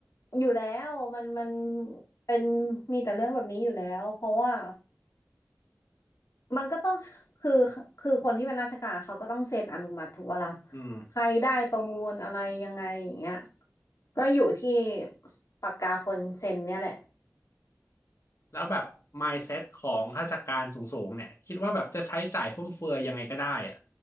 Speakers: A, on the left; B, on the left.
A: อยู่แล้วมันมันเป็นมีแต่เรื่องแบบนี้อยู่แล้วเพราะว่ามันก็ต้องคือคือคนที่เป็นราชการเขาก็ต้องเซ็นอนุมัติถูกปะล่ะ
B: อืม
A: ใครได้ประมูลอะไรยังไงอย่างเงี้ยก็อยู่ที่ปากกาคนเซ็นเนี่ยแหละ
B: แล้วแบบ mindset ของข้าราชการสูงๆเนี่ยคิดว่าแบบจะใช้จ่ายฟุ่มเฟือยยังไงก็ได้อะ